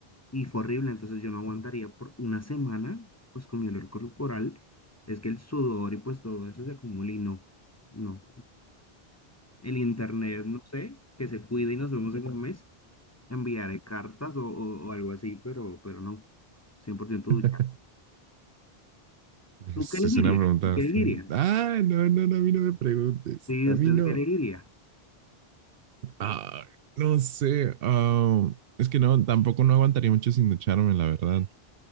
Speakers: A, on the left; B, on the right.
A: y fue horrible, entonces yo no aguantaría por una semana, pues con mi olor corporal, es que el sudor y pues todo eso se acumula y no, no. El internet, no sé, que se cuide y nos vemos en un mes enviaré cartas o, o- o algo así, pero, pero no, 100%
B: <laughs>
A: ducha.
B: Pues
A: ¿Tú qué elegirías?
B: es una pregunta
A: ¿Tú qué
B: bastante-
A: elegirías?
B: Ah, no, no, no, a mí no me preguntes.
A: Sí,
B: A
A: ¿usted
B: mí no.
A: qué elegiría?
B: Ah, no sé. ah, es que no, tampoco no aguantaría mucho sin ducharme, la verdad.